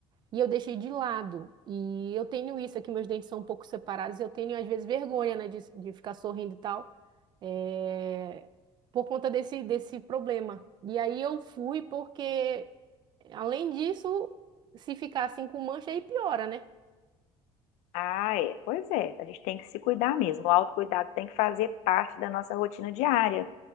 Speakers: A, on the right; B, on the left.
A: E eu deixei de lado. E eu tenho isso aqui, meus dentes são um pouco separados. Eu tenho, às vezes, vergonha, né, de, de ficar sorrindo e tal, é, por conta desse, desse problema. E aí eu fui porque, além disso, se ficar assim com mancha, aí piora, né?
B: Ah, é. Pois é, a gente tem que se cuidar mesmo. O autocuidado tem que fazer parte da nossa rotina diária.